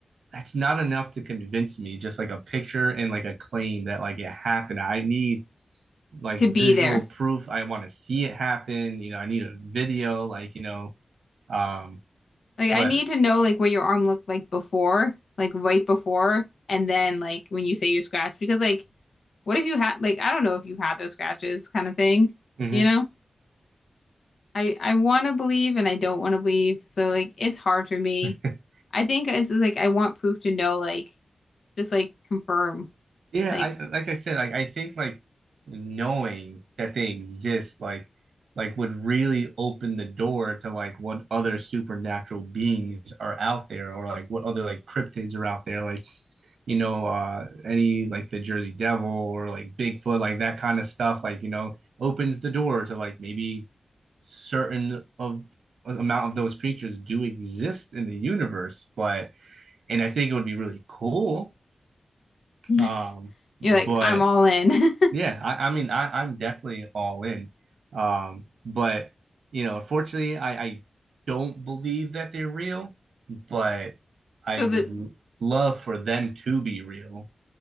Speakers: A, on the right; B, on the left.
A: that's not enough to convince me just like a picture and like a claim that like it happened i need like
B: to be
A: visual
B: there.
A: proof i want to see it happen you know i need a video like you know um
B: Like, I
A: but
B: need to know like what your arm looked like before, like right before, and then like when you say you're scratched, because like, what if you had like I don't know if you've had those scratches kind of thing,
A: mhm.
B: you know? I I want to believe and I don't want to believe. So like, it's hard for me.
A: <laughs>
B: I think it's like I want proof to know, like, just like confirm,
A: yeah
B: like.
A: i like i said like i think like knowing that they exist like like would really open the door to like what other supernatural beings are out there or like what other like cryptids are out there like you know, uh, any like the Jersey Devil or like Bigfoot, like that kind of stuff, like, you know, opens the door to like maybe certain of amount of those creatures do exist in the universe. But, and I think it would be really cool.
B: <laughs>
A: Um,
B: You're like,
A: but
B: I'm all in. <laughs>
A: yeah, I, I mean, I, I'm definitely all in. Um, but, you know, unfortunately, I, I don't believe that they're real, but I
B: So
A: would
B: the
A: l- love for them to be real.